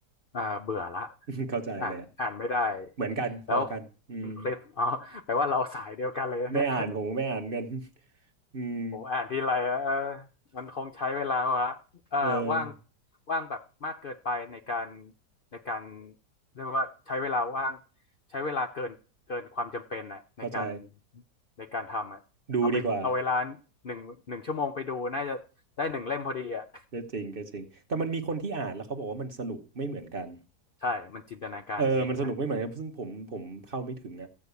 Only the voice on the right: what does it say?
<laughs> เข้าใจเลยอะ
เหมือนกันพอกันอืม
ไม่อ่านผมก็ไม่อ่านกัน <laughs> อืม
เออ
เข้าใจ
ดูดีกว่า
ก็จริงก็จริงแต่มันมีคนที่อ่านแล้วเขาบอกว่ามันสนุกไม่เหมือนกัน
เออมันสนุกไม่เหมือนกันซึ่งผมผมเข้าไม่ถึงอะ